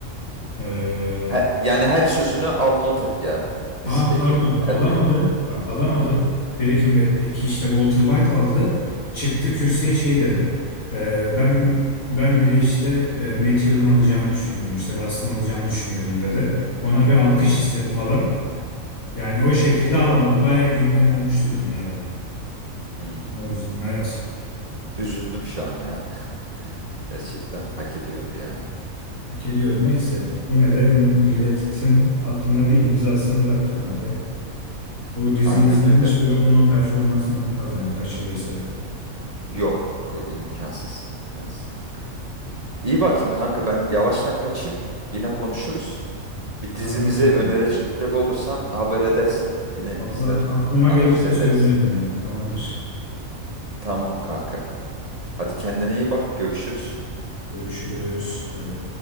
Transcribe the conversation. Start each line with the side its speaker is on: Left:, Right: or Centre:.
Left: Ee,
Right: He- yani her sözünü al not et ya
Left: aa
Right: dizideki.
Left: pardon
Right: Her
Left: alamadı.
Right: diyalog.
Left: Bak alamadı. Breaking Bad'deki işte Walter White aldı. Çıktı kürsüye şey dedi. Ee, ben ben bile işte e, Matthew'un alacağını düşünüyordum. İşte Rust'ın alacağını düşünüyordum dedi. Ona bir alkış
Right: Hmm,
Left: istedi falan. Yani o şekilde
Right: hmm,
Left: alamadı. Bayağı gündem olmuştu dünyada.
Right: hmm.
Left: O yüzden evet.
Right: Üzüldüm şu an ya. <laughs> Gerçekten hak ediyordu yani.
Left: Hak ediyor. Neyse. Yine de milletin aklına bir imzasını bıraktı kanka. O diziyi
Right: Aynen
Left: izleyen
Right: öyle.
Left: hiçbiri onun o performansını unutmaz yani kaç yıl geçse de.
Right: Yok yok imkansız. İmkansız kanka. İyi bakayım kanka ben yavaştan kaçayım. Yine konuşuruz. Bir
Left: Tamamdır
Right: dizimizi
Left: kanka.
Right: önerecek olursan haber edersin. Yine
Left: Valla
Right: izler,
Left: aklıma
Right: analiz
Left: gelirse
Right: ederiz.
Left: söylerim ya. Tamamdır.
Right: Tamam kanka. Hadi kendine iyi bak. Görüşürüz.
Left: Görüşürüz. Hadi.